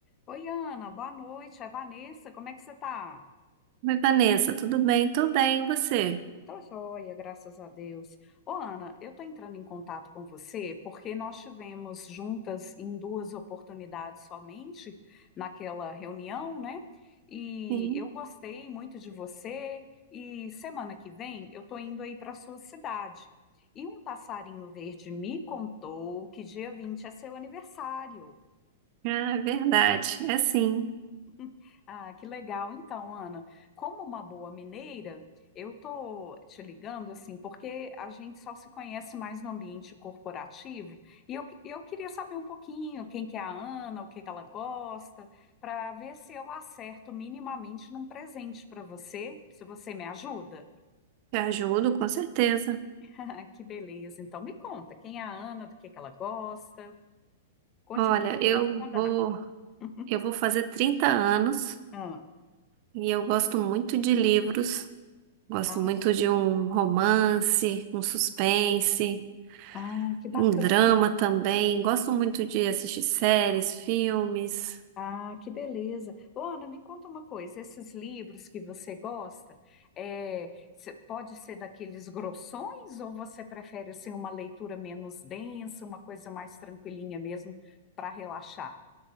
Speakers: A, on the left (about 30°); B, on the right (about 45°).
A: Oi, Ana, boa noite. É Vanessa, como é que você tá?
B: Oi, Vanessa, tudo bem? Tô bem, e você?
A: Tô joia, graças a Deus. Ô, Ana, eu tô entrando em contato com você porque nós tivemos juntas em duas oportunidades somente naquela reunião, né? E
B: Sim,
A: eu gostei muito de você e semana que vem eu tô indo aí para sua cidade. E um passarinho verde me contou que dia 20 é seu aniversário.
B: ah, é verdade. É sim,
A: <laughs> Ah, que legal. Então, Ana, como uma boa mineira, eu tô te ligando assim, porque a gente só se conhece mais no ambiente corporativo, e eu, eu queria saber um pouquinho quem que é a Ana, o que que ela gosta, para ver se eu acerto minimamente num presente para você, se você me ajuda.
B: te ajudo, com certeza.
A: <laughs> Que beleza. Então, me conta, quem é a Ana, do que que ela gosta? Conte-me
B: Olha,
A: tudo,
B: eu
A: não esconda
B: vou,
A: nada. <laughs>
B: eu vou fazer 30 anos
A: Ah,
B: e eu gosto muito de livros. Gosto
A: ah,
B: muito de um romance, um suspense,
A: ah, que bacana.
B: um drama também. Gosto muito de assistir séries, filmes.
A: Ah, que beleza. Ô, Ana. me conta uma coisa, esses livros que você gosta, é, cê- pode ser daqueles grossões ou você prefere assim, uma leitura menos densa, uma coisa mais tranquilinha mesmo para relaxar?